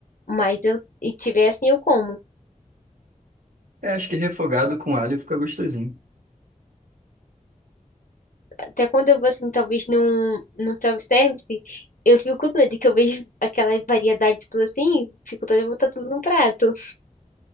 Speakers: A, on the left; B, on the right.
A: Mas eu, e tiver assim, eu como.
B: é, acho que refogado com alho fica gostosinho.
A: Até quando eu vou, assim, talvez num, num self-service, eu fico doida, que eu vejo <laughs> aquela variedade tudo assim, fico doida, eu vou botar tudo no prato.